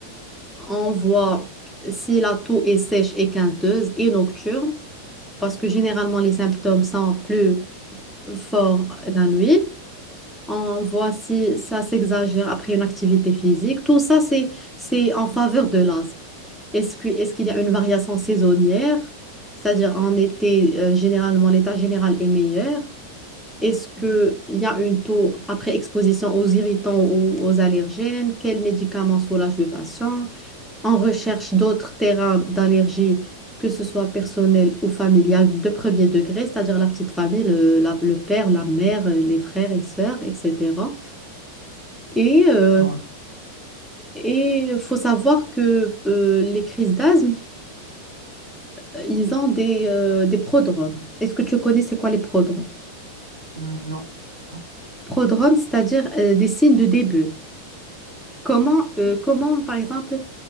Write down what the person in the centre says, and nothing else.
On voit si la toux est sèche et quinteuse et nocturne parce que généralement les symptômes sont plus forts la nuit. On voit si ça s'exagère après une activité physique. Tout ça, c'est, c'est en faveur de l'asthme. Est-ce que, est-ce qu'il y a une variation saisonnière? C'est-à-dire en été, euh, généralement, l'état général est meilleur. Est-ce qu'il y a une taux après exposition aux irritants ou aux allergènes? Quels médicaments soulagent le patient? On recherche d'autres terrains d'allergie, que ce soit personnel ou familial, de premier degré, c'est-à-dire la petite famille, le, la- le père, la mère, euh, les frères et sœurs, etc. Et euh,
et faut savoir que euh, les crises d'asthme, euh, ils ont des, euh, des prodromes. Est-ce que tu connais c'est quoi les prodromes?
Prodromes, c'est-à-dire euh, des signes de début. Comment, euh, comment, par exemple,